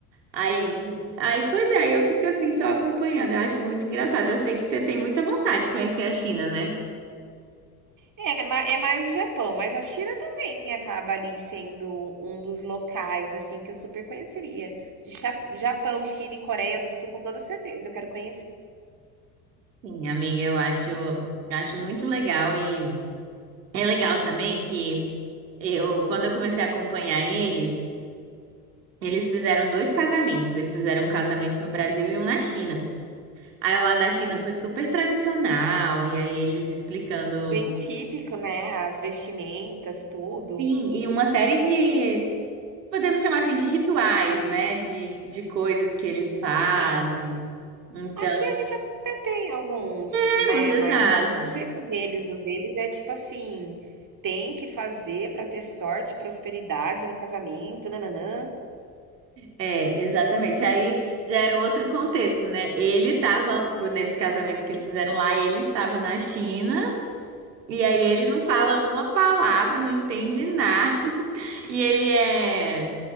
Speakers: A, on the right; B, on the right.
A: Sim.
B: Aí, aí, pois é, aí eu fico assim só acompanhando. Eu acho muito engraçado. Eu sei que você tem muita vontade de conhecer a China, né?
A: É, ma é mais o Japão, mas a China também acaba ali sendo um dos locais, assim, que eu super conheceria. De cha Japão, China e Coreia do Sul, com toda certeza, eu quero conhecer.
B: Sim, amiga, eu acho, acho muito legal e é legal também que Eu, quando eu comecei a acompanhar eles, eles fizeram dois casamentos. Eles fizeram um casamento no Brasil e um na China. Aí o lá da China
A: Hum.
B: foi super tradicional, e aí eles explicando.
A: Bem típico, né, as vestimentas, tudo.
B: Sim, e uma série de, podemos chamar assim, de rituais, né? De, de coisas que eles fazem.
A: Sim.
B: Então,
A: Aqui a gente até tem alguns,
B: temos,
A: né?
B: exato.
A: Mas não do jeito deles. Os deles é tipo assim, tem que fazer para ter sorte, prosperidade no casamento, nananã,
B: É, exatamente. Aí já era outro contexto, né? Ele estava, nesse casamento que eles fizeram lá, ele estava na China. E aí ele não fala uma palavra, não entende nada. E ele é